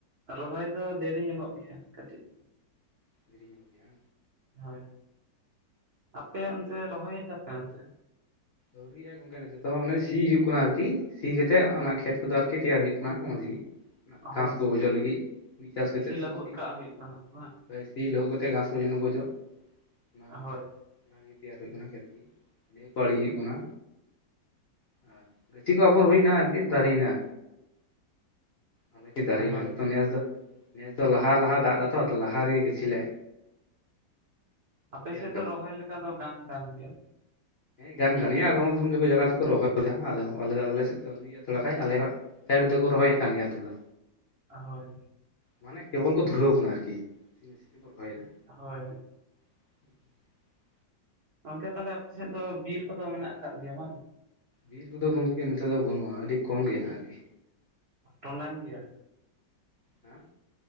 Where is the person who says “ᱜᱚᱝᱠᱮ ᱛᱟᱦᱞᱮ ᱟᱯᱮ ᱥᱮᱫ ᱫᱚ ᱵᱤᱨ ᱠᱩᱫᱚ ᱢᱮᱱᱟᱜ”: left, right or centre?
Right